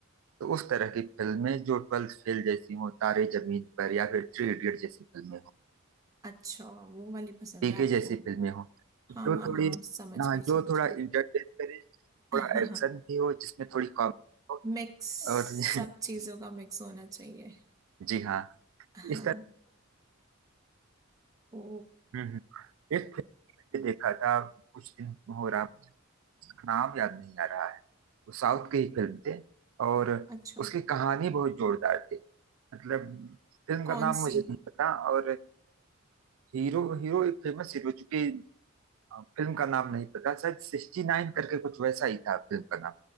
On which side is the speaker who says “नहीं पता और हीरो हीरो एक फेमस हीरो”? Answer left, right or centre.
Right